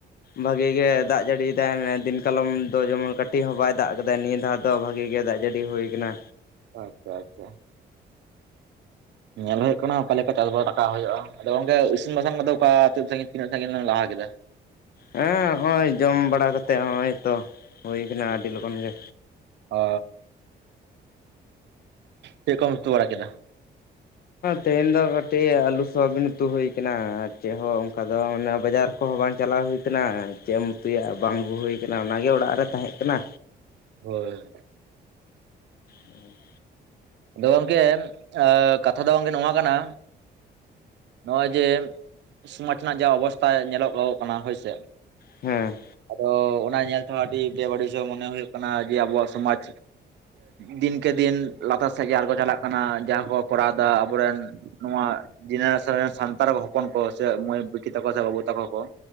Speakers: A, on the left; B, on the right.
A: ᱵᱷᱟᱜᱤ ᱜᱮ ᱫᱟᱜ ᱡᱟᱹᱲᱤᱭ ᱮᱫᱟᱭ ᱫᱤᱱ ᱠᱟᱞᱚᱢ ᱫᱚ ᱡᱮᱢᱚᱱ ᱠᱟᱹᱴᱤᱡ ᱦᱚᱸ ᱵᱟᱭ ᱫᱟᱜ ᱠᱟᱫᱟ᱾ ᱱᱤᱭᱟᱹ ᱫᱷᱟᱣ ᱴᱟᱜ ᱵᱷᱟᱜᱤ ᱜᱮ ᱫᱟᱜ ᱡᱟᱹᱲᱤ ᱦᱩᱭ ᱠᱟᱱᱟ᱾
B: ᱟᱪᱪᱷᱟ, ᱟᱪᱪᱷᱟ᱾ ᱧᱮᱞ ᱦᱳᱭᱳᱜ ᱠᱟᱱᱟ ᱚᱠᱟ ᱞᱮᱠᱟ ᱪᱟᱥ ᱵᱟᱥ ᱨᱟᱠᱟᱵ ᱦᱳᱭᱳᱜ-ᱟ᱾ ᱟᱫᱚ ᱜᱚᱝᱠᱮ ᱤᱥᱤᱱ ᱵᱟᱥᱟᱝ ᱠᱚᱫᱚ ᱚᱠᱟ ᱛᱤᱱᱟᱹᱜ ᱥᱟᱸᱜᱤᱧ, ᱛᱤᱱᱟᱹᱜ ᱥᱟᱸᱜᱤᱧ ᱵᱤᱱ ᱞᱟᱦᱟ ᱠᱮᱫᱟ?
A: ᱦᱮᱸ ᱦᱚᱸᱜ-ᱚᱭ ᱡᱚᱢ ᱵᱟᱲᱟ ᱠᱟᱛᱮ ᱦᱚᱜ-ᱚᱭ ᱛᱚ ᱦᱳᱭ ᱠᱟᱱᱟ ᱟᱹᱰᱤ ᱞᱚᱜᱚᱱ ᱜᱮ᱾
B: ᱚ ᱪᱮᱫ ᱠᱚᱢ ᱩᱛᱩ ᱵᱟᱲᱟ ᱠᱮᱫᱟ?
A: ᱛᱮᱦᱮᱧ ᱫᱚ ᱠᱟᱹᱴᱤᱡ ᱟᱞᱩ ᱥᱚᱵᱤᱱ ᱩᱛᱩ ᱦᱳᱭ ᱠᱟᱱᱟ᱾ ᱟᱨ ᱪᱮᱫ ᱦᱚᱸ ᱚᱱᱠᱟ ᱫᱚ ᱢᱟᱱᱮ ᱵᱟᱡᱟᱨ ᱠᱚᱦᱚᱸ ᱵᱟᱝ ᱪᱟᱞᱟᱣ ᱦᱩᱭ ᱠᱟᱱᱟ ᱪᱮᱫ ᱮᱢ ᱩᱛᱩᱭᱟ ᱵᱟᱝ ᱟᱹᱜᱩ ᱦᱩᱭ ᱠᱟᱱᱟ ᱚᱱᱟ ᱜᱮ ᱚᱲᱟᱜ ᱨᱮ ᱛᱟᱦᱮᱸᱜ ᱠᱟᱱᱟ᱾
B: ᱦᱳᱭ᱾
A: ᱦᱩᱸ᱾
B: ᱟᱫᱚ ᱜᱚᱝᱠᱮ ᱠᱟᱛᱷᱟ ᱫᱚ ᱜᱚᱝᱠᱮ ᱱᱚᱣᱟ ᱠᱟᱱᱟ᱾ ᱱᱚᱸᱜ-ᱚᱭ ᱡᱮ ᱥᱚᱢᱟᱡᱽ ᱨᱮᱱᱟᱜ ᱡᱟ ᱚᱵᱚᱥᱛᱟ ᱧᱮᱞᱚ ᱜᱚᱜ ᱠᱟᱱᱟ ᱦᱳᱭ ᱥᱮ᱾
A: ᱦᱮᱸ᱾
B: ᱛᱚ ᱚᱱᱟ ᱧᱮᱞ ᱛᱮᱦᱚᱸ ᱟᱹᱰᱤ ᱜᱮ ᱵᱮᱵᱟᱹᱲᱤᱡ ᱦᱚᱸ ᱢᱚᱱᱮ ᱦᱳᱭᱳᱜ ᱠᱟᱱᱟ ᱡᱮ ᱟᱵᱚᱣᱟᱜ ᱥᱚᱢᱟᱡᱽ ᱫᱤᱱᱠᱮ ᱫᱤᱱ ᱞᱟᱛᱟᱨ ᱥᱮᱫ ᱜᱮ ᱟᱲᱜᱳ ᱪᱟᱞᱟᱜ ᱠᱟᱱᱟ᱾ᱡᱟᱦᱟ ᱠᱚ ᱠᱚᱨᱟᱣ ᱫᱟ ᱟᱵᱚᱨᱮᱱ ᱱᱚᱣᱟ ᱡᱮᱱᱟ ᱥᱟᱱᱛᱟᱲ ᱦᱚᱯᱚᱱ ᱠᱚ ᱥᱮ ᱢᱟᱹᱭ ᱵᱤᱴᱤ ᱛᱟᱠᱚ ᱥᱮ ᱵᱟᱹᱵᱩ ᱛᱟᱠᱚ ᱠᱚ